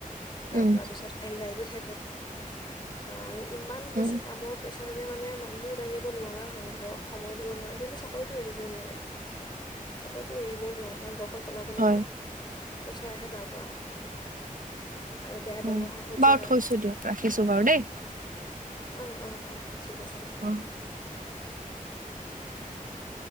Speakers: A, on the right; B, on the left.
A: উম,
B: তাৰপিছত এনজাইটি থ আ ইমান বেছি
A: উম,
B: কামৰ প্ৰেছ, যে মানুহে মূৰ ডাঙিব নোৱাৰা হয় ঘৰক সময় দিব নোৱাৰে কিন্তু চ চাকৰিটো এৰিব নোৱাৰে চাকৰিটো এৰিব নোৱাৰে কাৰণ, চলাব লাগিব,
A: হয়,
B: পইচা আহে তাৰপৰা, আৰু বেয়া
A: হয়
B: ব্যৱহাৰ সহ্য
A: বাৰু
B: কৰে
A: থৈছো দিয়ক ৰাখিছো বাৰু দেই।
B: উ অ' অ' ঠিক আছে বাৰু
A: অ'। <unintelligible>